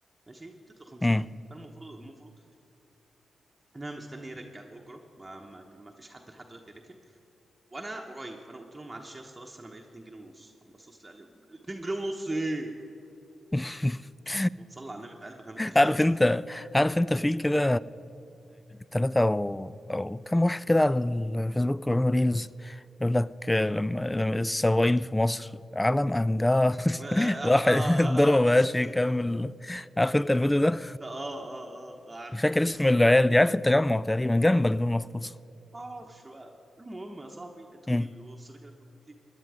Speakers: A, on the right; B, on the left.
A: ماشي اديت له 5
B: امم
A: جنيه فالمفروض المفروض ان انا مستني يرجع الاجره ما, ما, ما فيش حد لحد دلوقتي ركب وانا قريب فانا قلت له معلش يا اسطى بس انا بقالي 2 جنيه ونص قام بصص لي قال لي 2 جنيه ونص ايه
B: <laughs>
A: وتصلى على النبي في قلبك انا مديك خمسه
B: عارف انت عارف انت في كده ثلاثة او او كم واحد كده على الفيسبوك بيعملوا ريلز يقول لك آه، لما لما السواقين في مصر علم انجاز
A: <laughs> اه اه
B: <laughs> واحد
A: اه,
B: الضربة
A: آه,
B: ما بقاش يكمل
A: آه,
B: عارف انت الفيديو ده
A: آه, آه, آه, آه, آه, آه, آه, آه, آه, آه, آه, آه
B: مش فاكر اسم العيال دي عارف التجمع تقريبا جنبك دول مفروض صح؟
A: ما اعرفش بقى المهم يا صاحبي لقيته
B: مم.
A: ايه بيبص لي كده بيقول لي